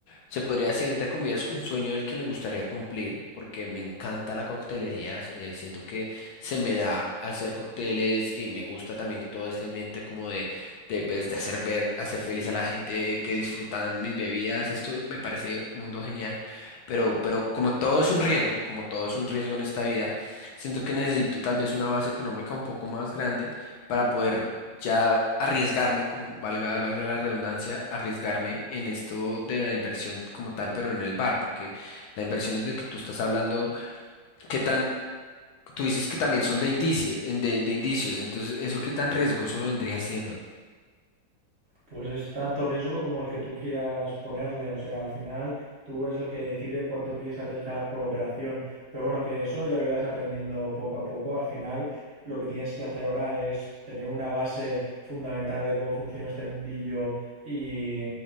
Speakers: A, on the left (about 75°); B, on the right (about 35°).
A: se podría decir, entre comillas, un sueño del que me gustaría cumplir, porque me encanta la coctelería. eh, siento que se me da hacer cócteles y me gusta también todo este ambiente como de, de, pues, de hacer ver, hacer feliz a la gente que disfrutan mis bebidas. Esto me parece un mundo genial, pero, pero como todo es un riesgo, como todo es un riesgo en esta vida, siento que necesito tal vez una base económica un poco más grande para poder ya arriesgarme, como valga, valga la redundancia, arriesgarme en esto de la inversión como tal, pero en el bar, porque la inversión es de que tú estás hablando, qué tan, tú dices que también son de indicios, de, de indicios, entonces eso qué tan riesgoso vendría siendo.
B: Pues es tanto riesgo como el que tú quieras ponerle. O sea, al final tú eres el que decide cuánto quieres arriesgar por operación. Pero bueno, que eso ya lo irás aprendiendo poco a poco. Al final, lo que tienes que hacer ahora es tener una base fundamental de cómo funciona este mundillo y,